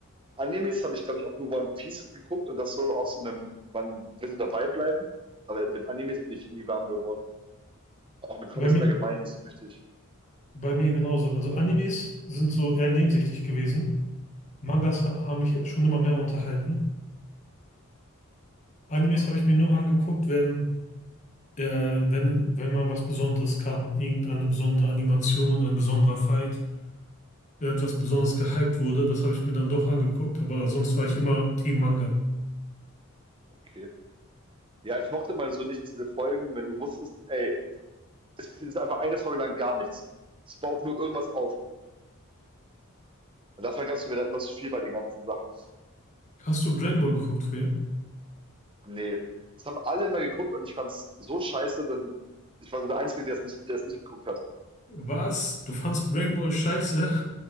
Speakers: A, on the right; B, on the left.
A: Animes habe ich, glaube ich, auch nur One Piece geguckt und das so aus so einem, man will so dabei bleiben, aber mit Animes bin ich nie warm geworden. Auch mit Comics
B: Bei mir,
A: allgemein nicht so richtig.
B: bei mir genauso. Also Animes sind so eher nebensächlich gewesen. Mangas ha haben mich schon immer mehr unterhalten. Animes habe ich mir nur angeguckt, wenn, äh, wenn, wenn mal was Besonderes kam. Irgendeine besondere Animation, ein besonderer Fight, irgendwas besonders gehypt wurde. Das habe ich mir dann doch angeguckt, aber sonst war ich immer Team Manga.
A: Okay. Ja, ich mochte mal so nicht diese Folgen, wenn du wusstest, ey, es ist einfach eine Folge lang gar nichts. Es baut nur irgendwas auf. Und davon gab es mir dann immer zu viel bei den ganzen Sachen.
B: Hast du Dragon Ball geguckt früher?
A: Nee, das haben alle immer geguckt und ich fand's so scheiße, denn ich war so der Einzige, der es nicht der es nicht geguckt hat.
B: Was? Du fandst Dragon Ball scheiße?